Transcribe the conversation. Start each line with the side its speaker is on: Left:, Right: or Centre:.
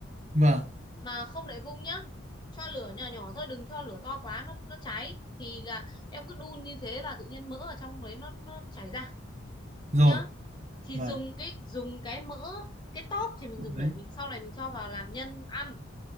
Right: vâng
Left: mà không để vung nhá cho lửa nhỏ nhỏ thôi đừng cho lửa to quá nó nó cháy thì là em cứ đun như thế là tự nhiên mỡ ở trong đấy nó nó chảy ra
Right: rồi
Left: nhá thì
Right: vâng
Left: dùng cái dùng cái mỡ cái tóp thì mình
Right: đấy
Left: dùng để mình sau này mình cho vào làm nhân ăn